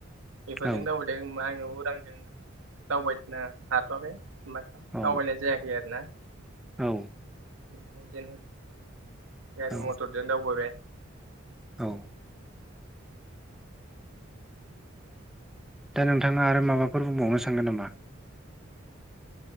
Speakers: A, on the right; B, in the centre.
A: बेफोरजों
B: औ
A: दावबायदों हबा आङो उरांजों दावबायनो हाथ'वाखै। बा दावबायनाय
B: औ
A: जायाखै आरोना।
B: औ।
A: बिदिनो गारि
B: औ
A: मथरजों दावबायबाय।
B: औ। दा नोंथाङा आरो माबाफोर बुंबावनो सानो नामा?